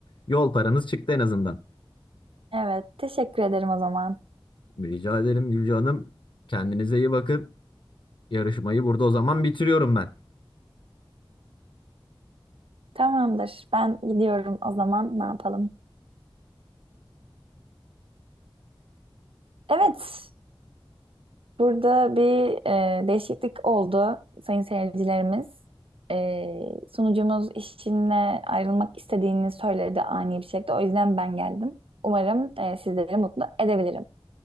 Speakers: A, on the left; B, on the right.
A: Yol paranız çıktı en azından.
B: Evet teşekkür ederim o zaman.
A: Rica ederim Gülce Hanım. Kendinize iyi bakın. Yarışmayı burada o zaman bitiriyorum ben.
B: Tamamdır. Ben gidiyorum o zaman ne yapalım? Evet, Burada bir e, değişiklik oldu sayın seyircilerimiz. E, sunucumuz işinle ayrılmak istediğini söyledi ani bir şekilde. O yüzden ben geldim. Umarım e, sizleri mutlu edebilirim.